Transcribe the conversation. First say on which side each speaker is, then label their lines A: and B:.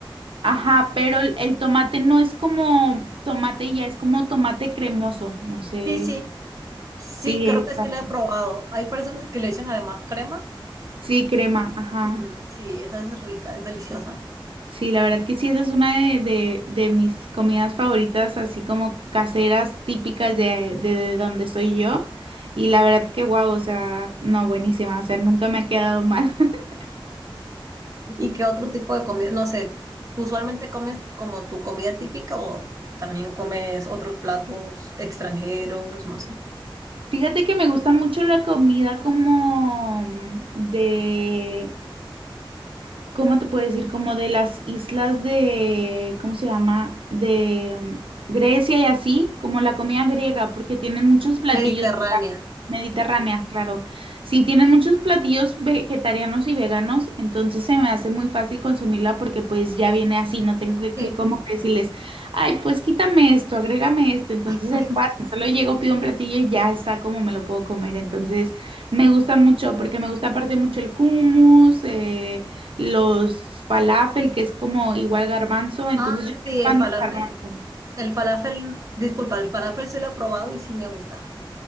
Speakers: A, on the right (about 75°); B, on the right (about 35°).
A: ajá, pero el, el tomate no es como tomate ya, es como tomate cremoso, no sé.
B: Sí, sí,
A: si-
B: sí,
A: Sí,
B: creo que
A: esa-
B: sí la he probado. Hay personas que le echan además crema.
A: sí, crema, ajá.
B: <clears throat> Sí, esa es rica, es deliciosa.
A: Sí, la verdad que sí, esa es una de, de, de mis comidas favoritas, así como caseras típicas de, de, de donde soy yo. Y la verdad que guau, o sea, no, buenísima, o sea, nunca me ha quedado mal. <laughs>
B: ¿Y qué otro tipo de comida? No sé, ¿usualmente comes como tu comida típica o también comes otros platos extranjeros, no sé?
A: Fíjate que me gusta mucho la comida como de ¿cómo te puedo decir? Como de las islas de, ¿cómo se llama? De mm, Grecia y así, como la comida griega, porque tienen muchos platillos
B: Mediterránea.
A: Mediterránea,
B: Sí.
A: claro. Sí, tienen muchos platillos vegetarianos y veganos, entonces se me hace muy fácil consumirla porque pues ya viene así, no tengo que,
B: Sí.
A: que como que decirles, ay, pues quítame esto, agrégame esto, entonces
B: <laughs>
A: es fácil, solo llego, pido un platillo y ya está como me lo puedo comer, entonces me gusta mucho porque me gusta aparte mucho el hummus, eh, los falafel, que es como igual garbanzo, entonces
B: Ah,
A: yo
B: sí,
A: soy
B: el
A: fan
B: falafel.
A: del garbanzo.
B: El falafel, disculpa, el falafel sí lo he probado y sí me gusta.